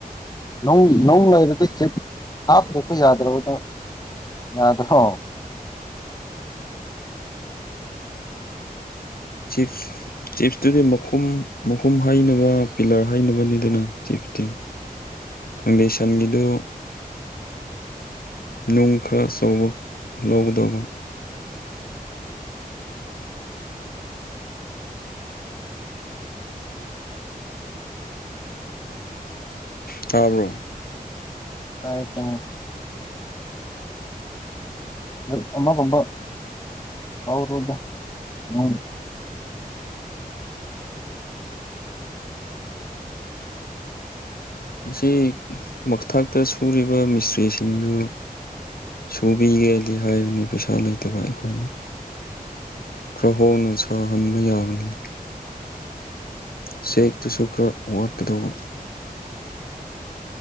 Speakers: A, on the left; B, on the left.
A: ꯅꯧ ꯅꯧ ꯂꯩꯔꯗꯤ ꯆꯤꯞ ꯍꯥꯞꯇ꯭ꯔꯁꯨ ꯌꯥꯗ꯭ꯔꯕꯗꯣ ꯌꯥꯗ꯭ꯔꯣ
B: ꯆꯤꯞꯁ꯫ ꯆꯤꯞꯁꯇꯨꯗꯤ ꯃꯈꯨꯝ ꯃꯈꯨꯝ ꯍꯩꯅꯕ ꯄꯤꯂꯔ ꯍꯩꯅꯕꯅꯤꯗꯅ ꯆꯤꯞꯁꯇꯤ꯫ ꯐꯥꯎꯟꯗꯦꯁꯟꯒꯤꯗꯨ꯫ ꯅꯨꯡ ꯈꯔ ꯑꯆꯧꯕ ꯂꯧꯒꯗꯧꯕ꯫ ꯇꯥꯕ꯭ꯔꯣ꯫
A: ꯇꯥꯏꯌꯦ ꯇꯥꯏꯌꯦ ꯒꯥꯔꯤ ꯑꯃ ꯒꯨꯝꯕꯥ꯫ ꯂꯧꯔꯣꯗ ꯅꯨꯡ꯫
B: ꯉꯁꯤ ꯃꯊꯥꯛꯇ ꯁꯨꯔꯤꯕ ꯃꯤꯁꯇ꯭ꯔꯤꯁꯤꯡꯗꯨ꯫ ꯁꯨꯕꯤꯒꯦꯗꯤ ꯍꯥꯏꯕꯅꯤ ꯄꯩꯁꯥ ꯂꯩꯇꯕ ꯑꯩꯈꯣꯏꯅ꯫ ꯈ꯭ꯔꯍꯣꯡꯅ ꯁꯥꯍꯟꯕ ꯌꯥꯕꯅꯦ ꯥꯆꯦꯛꯇꯨꯁꯨ ꯈꯔ ꯋꯥꯠꯀꯗꯧꯕ꯫